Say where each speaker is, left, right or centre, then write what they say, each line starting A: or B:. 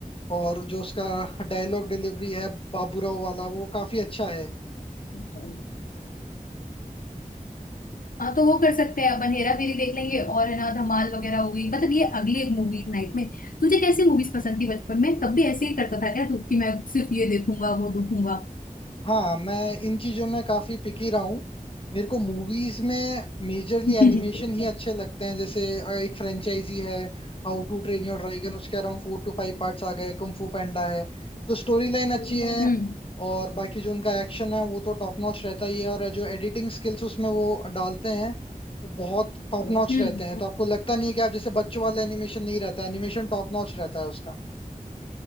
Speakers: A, on the left; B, on the left.
A: और जो उसका डायलॉग डिलीवरी है बाबूराव वाला वो काफी अच्छा है
B: टाइम हाँ तो वो कर सकते हैं अपन हेरा फेरी देख लेंगे और है ना धमाल वगैरह हो गई मतलब ये अगली एक मूवी नाइट में तुझे कैसी मूवीज पसंद थी बचपन में तब भी ऐसे ही करता था क्या तू कि मैं सिर्फ ये देखूंगा वो देखूंगा
A: हाँ मैं इन चीजों में काफी पिकी रहा हूँ मेरे को मूवीज में मेजरली
B: <laughs>
A: एनिमेशन ही अच्छे लगते हैं जैसे अ, एक फ्रेंचाइजी है how to train your dragon उसके around four to five parts आ गए कुंग फू पैंडा है तो स्टोरी लाइन अच्छी
B: हम्म
A: है और बाकी जो उनका एक्शन है वो तो टॉप नॉच रहता ही है और जो एडिटिंग स्किल्स उसमें वो डालते हैं वो बहुत टॉप
B: हम्म
A: नॉच रहते हैं तो आपको लगता नहीं है कि आप जैसे बच्चों वाला एनिमेशन नहीं रहता एनिमेशन टॉप नॉच रहता है उसका